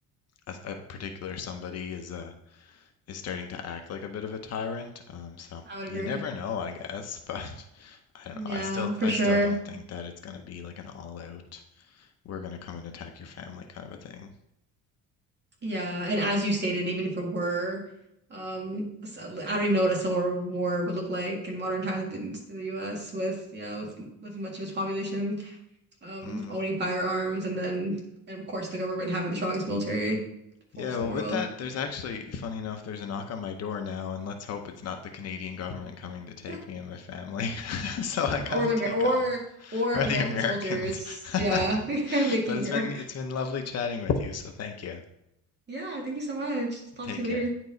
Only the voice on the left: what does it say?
a, a particular somebody is uh is starting to act like a bit of a tyrant. Um, so
you never know, I guess, <laughs> but I don't
know. I still
I
still don't think that it's gonna be like an all out, we're gonna come and attack your family kind of a thing.
Hmm.
Yeah, well,
with that, there's actually, funny enough, there's a knock on my door now, and let's hope it's not the Canadian government coming to take
me and my family. <laughs> So I gotta
take
off,
or
the Americans.
<laughs>
But it's
been it's been lovely chatting with you, so thank you.
Take
care.